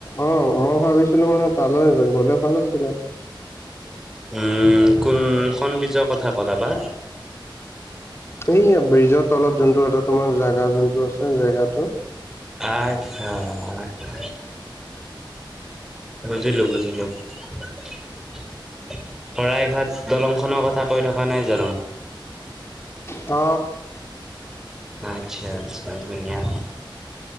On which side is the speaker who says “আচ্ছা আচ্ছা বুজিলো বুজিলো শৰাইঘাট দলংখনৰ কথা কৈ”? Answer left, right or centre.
Centre